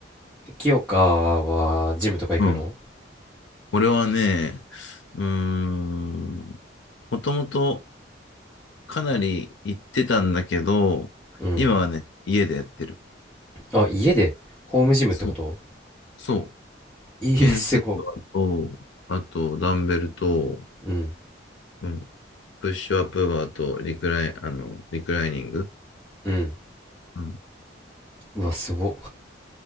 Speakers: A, in the centre; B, on the left.
A: 清香は、ジムとか行くの
B: うん俺はね、うーん、もともとかなり行ってたんだけど、
A: うん。
B: 今はね、家でやってる。
A: あ、家で、ホームジムってこと
B: そう、そう。
A: ええすご。
B: 懸垂バーと、あと、ダンベルと、
A: うん。
B: うん、プッシュアップバーと、リクライ、あの、リクライニング。
A: うん。
B: うん、
A: うわ、すご。